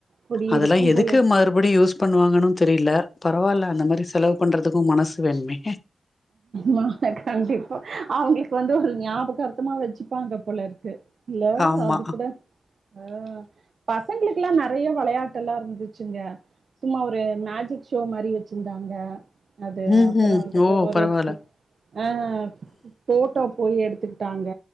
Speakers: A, on the right (about 70°); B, on the left (about 40°).
A: குடியிருக்கும்
B: அதெலா எதுக்கு
A: போல
B: மறுபடியு யூஸ் பண்ணுவாங்கனு தெரில பரவால்ல அந்த மாரி செலவு பண்றதுக்கு மனசு வேணுமே
A: மான கண்டிப்பா அவுங்ளுக்கு வந்து ஒரு ஞாபகார்த்தமா வச்சுப்பாங்க போலருக்கு இல்ல
B: ஆமா
A: அது கூட அ பசங்ளுக்லா நெறயா வெளையாட்டுலா இருந்துச்சுங்க சும்மா ஒரு மேஜிக் ஷோ மாரி வெச்சிந்தாங்க அது
B: ம்
A: அப்பற
B: ம்
A: வந்து ட்டு
B: ஓ
A: ஒரு
B: பரவால்ல
A: அ போட்டோ போயி எடுத்துக்ட்டாங்க